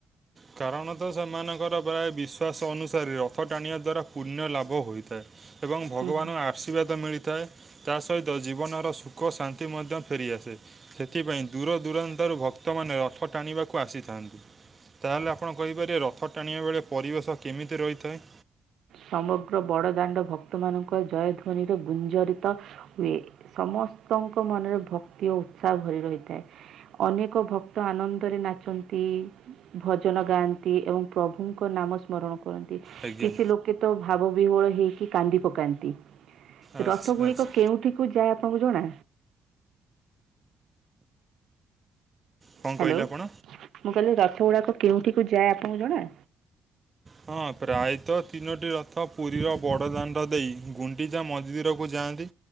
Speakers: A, on the right; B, on the right.
A: କାରଣତଃ ସେମାନଙ୍କର ପ୍ରାୟ ବିଶ୍ୱାସ ଅନୁସାରେ ରଥ ଟାଣିବା ଦ୍ଵାରା ପୁଣ୍ୟ ଲାଭ ହୋଇଥାଏ। ଏବଂ ଭଗବାନର
B: ହୁଁ, ହୁଁ।
A: ଆ ଆଶୀର୍ବାଦ ମିଳିଥାଏ ତା ସହିତ ଜୀବନର ସୁଖ ଶାନ୍ତି ମଧ୍ୟ ଫେରିଆସେ। ସେଥିପାଇଁ ଦୂରଦୂରାନ୍ତାରୁ ଭକ୍ତମାନେ ରଥ ଟାଣିବାକୁ ଆସିଥାନ୍ତି। ତା ହେଲେ ଆପଣ କହିପାରିବେ ରଥ ଟାଣିବା ବେଳେ ପରିବେଶ କେମିତି ରହିଥାଏ।
B: ସମଗ୍ର ବଡ଼ଦାଣ୍ଡ ଭକ୍ତମାନଙ୍କ ଜୟଧ୍ୱନିରେ ଗୁଞ୍ଜରିତ ହୁଏ ସମସ୍ତଙ୍କ ମନରେ ଭକ୍ତି ଓ ଉତ୍ସାହ ଭରି ରହିଥାଏ। ଅନେକ ଭକ୍ତ ଆନନ୍ଦରେ ନାଚନ୍ତି। ଭଜନ ଗାଆନ୍ତି ଏବଂ ପ୍ରଭୁଙ୍କ ନାମ ସ୍ମରଣ କରନ୍ତି।
A: ଆଜ୍ଞା
B: କିଛି ଲୋକେ ତ ଭାବ ବିହୋଳ ହେଇକି କାନ୍ଦି ପକ ତି
A: ଆଚ୍ଛା
B: ରଥ ଗୁଡିକ
A: ଆଚ୍ଛା
B: କେଉଠିକୁ ଯାଏ ଆପଣଙ୍କୁ ଜଣା
A: କ'ଣ
B: ହ୍ୟାଲୋ
A: କହିଲେ
B: ମୁଁ
A: ଆପଣ
B: କହିଲି ରଥଗୁଡାକ କେଉଁଠିକୁ ଯାଏ ଆପଣଙ୍କୁ ଜଣା।
A: ହଁ ପ୍ରାୟତଃ ତିନୋଟି ରଥ ପୁରୀର ବଡ଼ ଦାଣ୍ଡ ଦେଇ ଗୁ ଗୁଣ୍ଡିଚା ମନ୍ଦିରକୁ ଯାଆନ୍ତି।